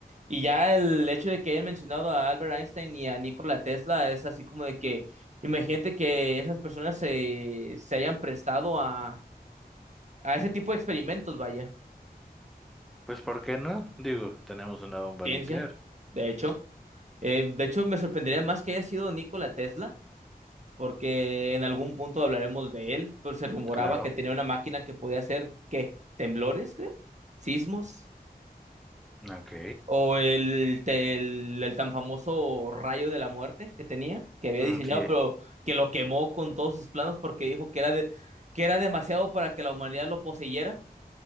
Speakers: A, on the right; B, in the centre.
A: Y ya el hecho de que hayan mencionado a Albert Einstein y a Nikola Tesla es así como de que, imagínate que esas personas se, se hayan prestado a a ese tipo de experimentos, vaya,
B: Pues, ¿por qué no? Digo, tenemos una bomba
A: ciencia,
B: nuclear.
A: de hecho. Eh, de hecho, me sorprendería más que haya sido Nikola Tesla, porque en algún punto hablaremos de él, pero se rumoraba
B: Claro.
A: que tenía una máquina que podía hacer, ¿qué? Temblores, creo, sismos,
B: Ok.
A: o el, te- el, el tan famoso rayo de la muerte que tenía, que había
B: Mm,
A: diseñado,
B: sí,
A: pero que lo quemó con todos sus planos porque dijo que era, de, que era demasiado para que la humanidad lo poseyera.